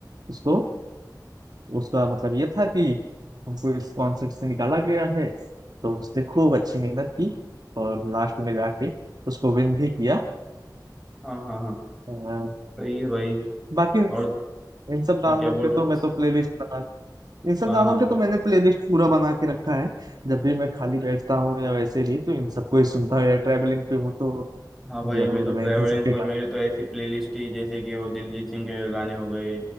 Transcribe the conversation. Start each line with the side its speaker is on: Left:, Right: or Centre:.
Right: इसको उसका मतलब ये था कि हमको इस कॉन्सेप्ट से निकाला गया है तो उसने खूब अच्छी मेहनत की और लास्ट में जाके उसको विन भी किया
Centre: हाँ हाँ हाँ
Right: अ,
Centre: सही है भाई
Right: बाकी
Centre: और
Right: इन सब गानों
Centre: हाँ क्या
Right: के
Centre: बोल
Right: तो
Centre: रहे हो
Right: मैं तो प्लेलिस्ट बना इन सब
Centre: हाँ
Right: गानों
Centre: हाँ
Right: के तो मैंने प्लेलिस्ट पूरा बना के रखा है जब भी मैं खाली बैठता हूँ या वैसे भी तो इन सबको ही सुनता हूँ या ट्रैवलिंग पे हूँ तो
Centre: हाँ भाई
Right: जरूर
Centre: मैं तो ट्रैवलिंग
Right: मैं इन सबके
Centre: पर मेरे तो ऐसी प्लेलिस्ट ही जैसे कि वो दिलजीत सिंह के गाने हो गए